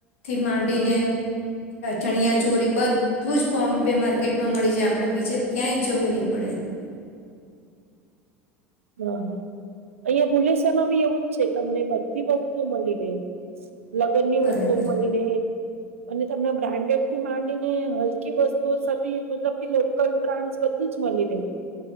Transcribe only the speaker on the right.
હા હા અહિયાં ભુલેસરમાં બી એવું જ છે તમને બધી વસ્તુઓ મળી રહે. લગ્ન ની
વસ્તુઓ મળી રહે. અને તમને બ્રાન્ડેડથી માંડીને હલકી વસ્તુઓ સભી મતલબ કે લોકલ બ્રાન્ડસ બધ ધું જ મલી રે.